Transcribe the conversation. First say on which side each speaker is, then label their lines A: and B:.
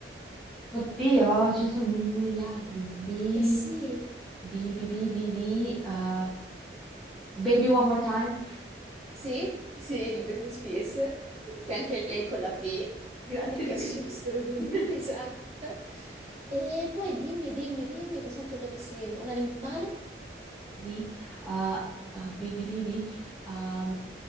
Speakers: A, in the centre; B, on the right (about 35°).
A: Oddio, ce ne sono miliardi. B,
B: Eh sì,
A: B, B, B, B, B. eh, Baby One More Time.
B: Sì, sì, di Britney Spears,
A: <laughs>
B: che anche lei con la B,
A: Grazie,
B: in caso
A: Brittany.
B: ci fossero dubbi,
A: <laughs>
B: <laughs> esatto. E poi dimmi, dimmi, dimmi, cos'altro potresti... Un animale?
A: B, uh, uh, B, B, B, B, um,